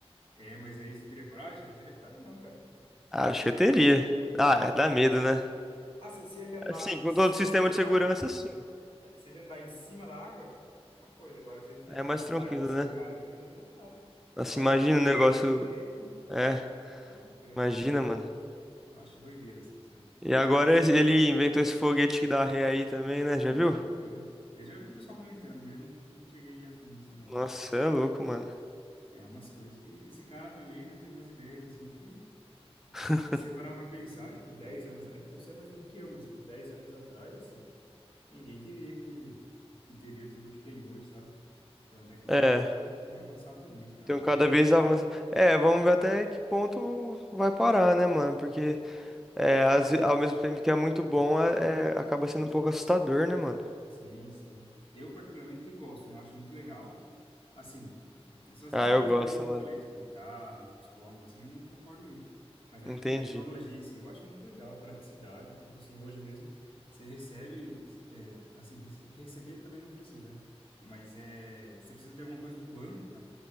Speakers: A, on the left; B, in the centre.
A: É, mas aí você teria coragem? Eu não teria coragem, não, cara.
B: Acho que eu teria. Ah, é, dá medo,
A: Ah,
B: né?
A: Assim, se ele andar
B: Assim, com
A: sobre
B: todo o sistema de segurança,
A: a água,
B: sim.
A: né? Se ele andar em cima da água, é uma coisa. Agora, se ele tiver
B: É
A: que
B: mais
A: afundar
B: tranquilo,
A: igual um submarino,
B: né?
A: aí já não dá.
B: Nossa,
A: Se tá lá
B: imagina
A: embaixo,
B: o negócio.
A: ninguém te vê.
B: É,
A: Não, não teria
B: imagina,
A: coragem, não.
B: mano.
A: Eu acho doideira, assim, sabe?
B: E agora esse- ele inventou esse foguete que dá ré aí também, né? Já
A: Então,
B: viu?
A: eu já vi o pessoal comentando, mas não, não cheguei a fundo, assim, não.
B: Nossa, cê é louco, mano.
A: É umas coisas que... Esse cara também, né, tem umas ideias, assim, que...
B: <laughs>
A: E se você parar pra pensar, tipo, 10 anos... É que você é mais novo que eu, mas, tipo, 10 anos atrás, ninguém diria que, que teria tudo que tem hoje, sabe? Então, a tecnologia
B: É,
A: tem, tem avançado muito, cara.
B: então cada
A: Eu
B: vez avança. É, vamos ver até que ponto vai parar, né, mano? Porque é, às ve- ao mesmo tempo que é muito bom, é, é- acaba sendo um pouco assustador, né, mano?
A: Sim, sim. Eu particularmente gosto, né? Eu acho muito legal. Assim, são essas
B: Ah,
A: coisas
B: eu gosto,
A: mesmo que
B: mano.
A: eu falei, tipo de carro, de psicólogo, assim, eu não concordo muito. Mas é
B: Entendi.
A: tecnologia em si, eu acho muito legal, a praticidade, tipo assim, hoje mesmo você recebe, é, assim, rece- é que receber também não precisa, né? mas é, você precisa de alguma coisa do banco, cara.